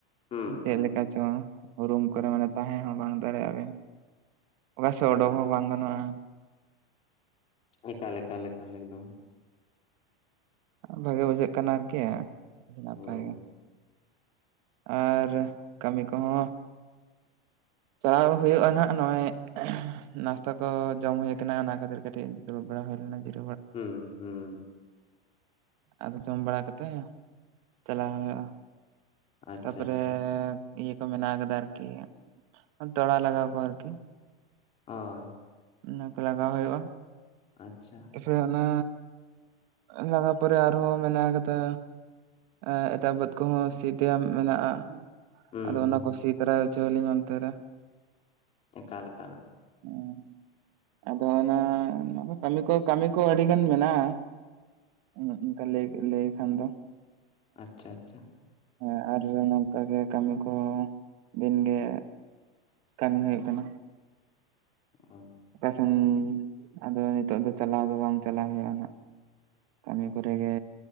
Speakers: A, on the left; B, on the right.
A: ᱦᱩᱸ
B: ᱪᱮᱫ
A: ᱦᱩᱸ
B: ᱞᱮᱠᱟ ᱪᱚᱝ ᱨᱩᱢ
A: ᱦᱩᱸ
B: ᱠᱚᱨᱮ ᱢᱟᱱᱮ ᱛᱟᱸᱦᱮ ᱦᱚᱸ ᱵᱟᱝ ᱫᱟᱲᱮᱭᱟᱜ-ᱟ ᱵᱤᱱ ᱾ ᱚᱠᱟ ᱥᱮᱫ
A: ᱮᱠᱟᱞ
B: ᱚᱰᱳᱠ ᱦᱚᱸ ᱵᱟᱝ ᱜᱟᱱᱚᱜ-ᱟ ᱾
A: ᱮᱠᱟᱞ-ᱮᱠᱟᱞ-ᱮᱠᱟᱞ ᱮᱠᱫᱚᱢ ᱾
B: ᱵᱷᱟᱜᱮ ᱵᱩᱡᱷᱟᱹᱜ ᱠᱟᱱᱟ ᱟᱨᱠᱤ ᱱᱟᱯᱟᱭ
A: ᱦᱩᱸ
B: ᱜᱮ ᱾ ᱟᱨ ᱠᱟᱢᱤ ᱠᱚᱦᱚᱸ ᱪᱟᱞᱟᱣ ᱦᱳᱭᱳᱜ-ᱟ ᱱᱟᱦᱟᱜ ᱱᱚᱜ-ᱚᱭ ᱱᱟᱥᱛᱟ ᱠᱚ ᱡᱚᱢ ᱦᱳᱭ ᱠᱟᱱᱟ ᱚᱱᱟ ᱠᱷᱟᱹᱛᱤᱨ ᱠᱟᱹᱴᱤᱡ ᱫᱩᱲᱩᱵ ᱵᱟᱲᱟ ᱦᱳᱭ ᱞᱮᱱᱟ ᱵᱤᱨ
A: ᱦᱩᱸ ᱦᱩᱸ ᱾
B: ᱟᱫᱚ ᱡᱚᱢ ᱵᱟᱲᱟ ᱠᱟᱛᱮ ᱪᱟᱞᱟᱣ ᱦᱳᱭᱳᱜ-ᱟ ᱾
A: ᱟᱪᱪᱷᱟ
B: ᱛᱟᱯᱚᱨᱮᱻ
A: ᱟᱪᱪᱷᱟ ᱟᱪᱪᱷᱟ
B: ᱤᱭᱟᱹ ᱠᱚ ᱢᱮᱱᱟᱜ ᱠᱟᱫᱟ ᱟᱨᱠᱤ ᱛᱚᱲᱟ ᱞᱟᱜᱟᱣ ᱠᱚ ᱟᱨᱠᱤ ᱾
A: ᱦᱚᱭ᱾
B: ᱚᱱᱟ ᱠᱚ ᱞᱟᱜᱟᱣ ᱦᱩᱭᱩᱜ-ᱟ ᱾
A: ᱟᱪ-ᱪᱷᱟ
B: ᱨᱮ ᱚᱱᱟ ᱞᱟᱜᱟᱣ ᱯᱚᱨᱮ ᱟᱨᱦᱚᱸ ᱢᱮᱱᱟᱜ ᱠᱟᱫᱟ᱾ ᱮᱸ ᱮᱴᱟᱜ ᱵᱟᱹᱫ ᱠᱚᱦᱚᱸ ᱥᱤ ᱛᱮ ᱮᱢ ᱢᱮᱱᱟᱜ-ᱟ ᱾
A: ᱦᱩᱸ
B: ᱟᱫᱚ ᱚᱱᱟ
A: ᱦᱩᱸ
B: ᱠᱚ ᱥᱤ ᱛᱟᱨᱟᱭ ᱦᱚᱪᱚᱭ ᱟᱹᱞᱤᱧ ᱚᱱᱛᱮ ᱨᱮ ᱾
A: ᱮᱠᱟᱞ-ᱮᱠᱟᱞ ᱾
B: ᱚᱸ ᱟᱫᱚ ᱚᱱᱟ ᱠᱟᱢᱤ ᱠᱚ ᱠᱟᱢᱤ ᱠᱚ ᱟᱰᱤ ᱜᱟᱱ ᱢᱮᱱᱟᱜ-ᱟ ᱾ <unintelligible> ᱚᱱᱠᱟ ᱞᱟᱹᱭ ᱞᱟᱹᱭ ᱠᱷᱟᱱ ᱫᱚ
A: ᱟᱪᱪᱷᱟ-ᱟᱪᱪᱷᱟ ᱾
B: ᱦᱮᱸ ᱟᱨ ᱱᱚᱝᱠᱟ ᱜᱮ ᱠᱟᱢᱤ ᱠᱚ ᱫᱤᱱ ᱜᱮ ᱠᱟᱢᱤ ᱦᱳᱭᱳᱜ ᱠᱟᱱᱟ ᱾
A: <unintelligible>
B: ᱥᱮᱱ ᱟᱫᱚ ᱱᱤᱛᱚᱜ ᱫᱚ ᱪᱟᱞᱟᱣ ᱫᱚ ᱵᱟᱝ ᱪᱟᱞᱟᱣ ᱦᱳᱭᱳᱜ-ᱟ ᱱᱟᱜ ᱠᱟᱢᱤ ᱠᱚᱨᱮ ᱜᱮ